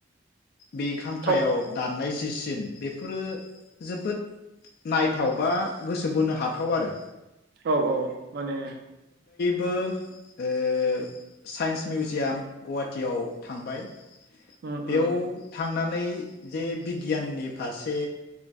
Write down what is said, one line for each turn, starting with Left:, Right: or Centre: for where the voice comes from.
Left: बे खाम्फायाव
Right: थाव
Left: दान्नाय ज जि सिन बेफोरो जोबोद नायथाव बा गोसो बोनो हाथाव आरो।
Right: औ औ माने
Left: बो ओ साइन्स मिउजियाम गुवाहाटियाव थांबाय
Right: उम
Left: बेयाव
Right: उम
Left: थांनान नै जे बिगियाननि फारसे